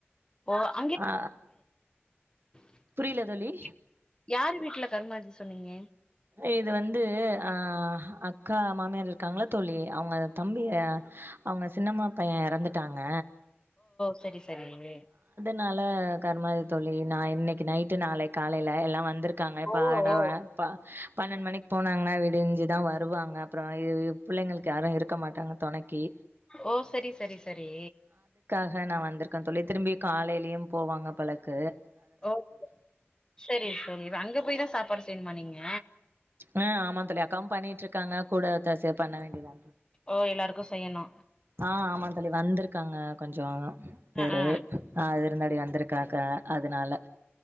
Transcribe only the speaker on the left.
ஓ அங்க
<inaudible>
யார் வீட்ல கர்மாதி சொன்னீங்க
செரி செரிங்க
ஓ
ஓ
ஓ சரி சரி சரி
ஓ <inaudible> சரி தோழி அங்க போய் தா சாப்பாடு செய்ணுமா நீங்க
ஓ எல்லாருக்கு செய்யணு
அ ஆ